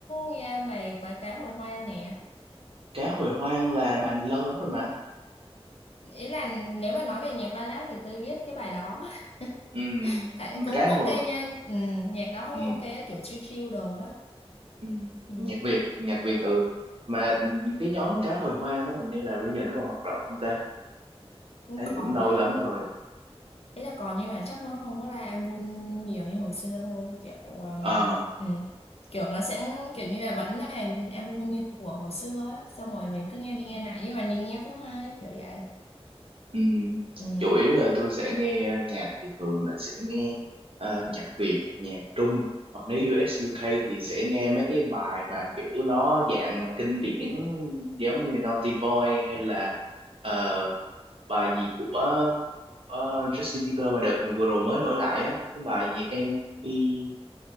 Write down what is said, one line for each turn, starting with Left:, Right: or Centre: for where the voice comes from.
Left: nghe bài cá cá hồi hoang nè.
Right: cá hồi hoang là bà đi lâu lắm rồi mà
Left: Ý là nếu mà nói về nhạc ballad thì tôi biết cái bài đó. <laughs>
Right: ừ.
Left: Tại cũng
Right: cá
Left: ok
Right: hồi
Left: nha. Ừ, nhạc đó cũng
Right: ừ.
Left: ok, kiểu chill chill đồ đó.
Right: Ừ,
Left: Ừ.
Right: nhạc Việt nhạc Việt ừ mà cái nhóm cá hồi hoang đó hình như là bây giờ nó còn hoạt động không ta
Left: cũng
Right: thấy
Left: Còn
Right: cũng lâu
Left: á,
Right: lắm
Left: ừ,
Right: rồi
Left: ý là còn nhưng mà chắc nó không có ra album nhiều như hồi xưa thôi. Kiểu, um,
Right: ờ
Left: ừ. Kiểu nó sẽ kiểu như là vẫn là album như của hồi xưa á. Xong rồi mình cứ nghe đi nghe lại nhưng mà nhìn nghe cũng hay kiểu vậy.
Right: ừ,
Left: Ừ.
Right: chủ yếu là tôi sẽ nghe nhạc thì thường là sẽ nghe ờ, nhạc Việt nhạc Trung hoặc nếu US UK thì sẽ nghe mấy cái bài mà kiểu nó dạng mà kinh điển giống như Naughty Boy hay là ờ, bài gì của ờ, Justin Bieber mà đợt vừa rồi mới nổi lại á cái bài gì em đi